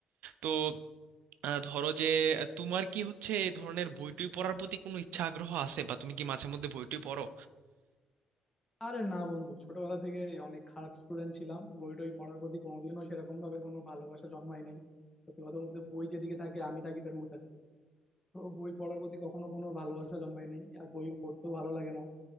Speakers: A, on the right; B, on the left.
A: তো আহ, ধরো যে আহ, তোমার কি হচ্ছে এই ধরনের বইটই পড়ার প্রতি কোনো ইচ্ছা আগ্রহ আছে বা তুমি কি মাঝে মধ্যে বইটই পড়ো
B: আরে না বন্ধু ছোটবেলা থেকে অনেক খারাপ স্টুডেন্ট ছিলাম বই টই পড়ার প্রতি কোনোদিনও সেরকম ভাবে কোনো ভালোবাসা জন্মায় নাই সত্যি কথা বলতে বই যেদিকে থাকে আমি থাকি তার উল্টা দিকে তো বই পড়ার প্রতি কখনো কোনো ভালোবাসা জন্মায় নাই আর বই পড়তেও ভালো লাগে না